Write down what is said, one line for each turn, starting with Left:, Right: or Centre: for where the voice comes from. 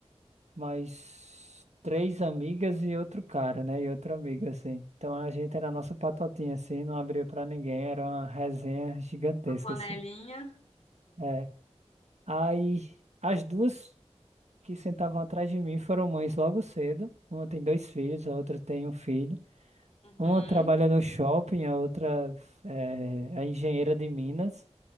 Right: mais três amigas e outro cara, né, e outra amiga, assim. Então, a gente era a nossa patotinha, assim, não abria pra ninguém, era uma resenha gigantesca,
Left: a panelinha.
Right: assim. É. Aí, as duas que sentavam atrás de mim foram mães logo cedo. Uma tem dois filhos, a outra tem um filho.
Left: Uhum,
Right: Uma trabalha no shopping, a outra é, é engenheira de Minas.